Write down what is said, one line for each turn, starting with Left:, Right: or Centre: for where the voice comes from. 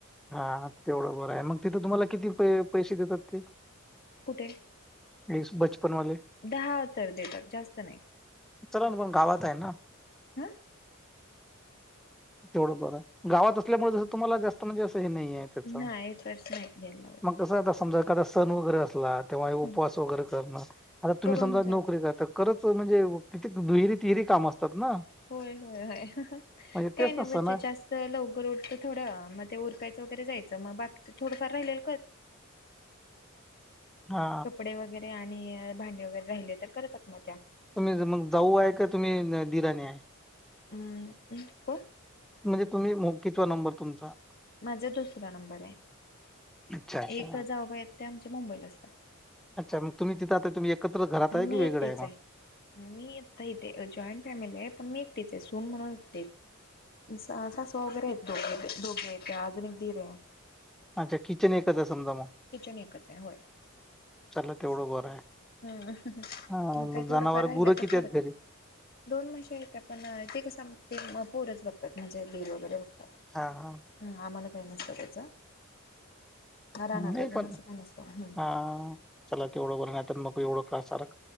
Centre: हा तेवढं बरं आहे मग तिथं तुम्हाला किती प पैसे देतात ते
Left: कुठे
Centre: हे बचपनवाले
Left: दहा तर देतात जास्त नाही
Centre: चला ना पण गावात आहे ना
Left: हा.
Centre: तेवढच बरं गावात असल्यामुळे जसं तुम्हाला जास्तना जास्त. नाही त्या
Left: नाही एकच नाही घ्यायला लावत
Centre: मग कस. सण वगैरे असला किंवा व
Left: हम्म
Centre: उपवास वगैरे करणं आता तुम्ही
Left: करून
Centre: समजा
Left: जायच
Centre: नोकरी करता. खरंच म्हणजे किती दुहिरी तिहिरी काम असतात ना.
Left: होय होयय.
Centre: म्हणजे
Left: काही
Centre: तेच
Left: नाही
Centre: ना
Left: ब
Centre: सण आहे.
Left: जास्त लवकर उठतं थोडं मग ते ओरकायचं वगैरे जायचं. ग बाकी काय थोडंफार राहील
Centre: हा
Left: कपडे वगैरे. आणि भांडे वगैरे राहिले तर करतात म.
Centre: तुम्ही मग जाऊ आहे का तुम्ही दिराणी आहे.
Left: हम् हम् कोण.
Centre: म्हणजे तुम्ही मोकीचा नंबर तुमचा.
Left: माझा दुसरा नंबर आहे.
Centre: अच्छा अच्छा
Left: एक जाऊबाई आहेतेत ते आमच्या मुंबईला असतात.
Centre: अच्छा मग तुम्ही तिथं आता तुम्ही एकत्र घरात
Left: मी
Centre: आहे की वेगळं
Left: एकटीच
Centre: आहे मग
Left: आहे मी इ इथे जॉईंट फॅमिली आहे पण मी. तीच आहे सून म्हणूनच स सास वगैरे आहे दोघे दोघे अजून एक धरे. ह.
Centre: अच्छा किचन एकच. समजा मग
Left: किचन एकच हय होय.
Centre: चला
Left: असं,
Centre: तेवढं बरं आहे
Left: हम्म मग
Centre: हा
Left: काही थोडंफार
Centre: जनावर
Left: राहिलं
Centre: गुरं
Left: तर
Centre: किती
Left: करतात.
Centre: आहेत घरी
Left: दोन म्हशी हायत्या पण ते कस आम्ही. पोरचं बघतात, म्हणजे दीर वगैरे बघतात.
Centre: हा हा
Left: हं आम्हाला काही नसतं. <unintelligible> रानातलं
Centre: नाही पण,
Left: असं काही नसतं हम्म.
Centre: हा चला तेवढं बर नाहीतर नको एवढं काम करा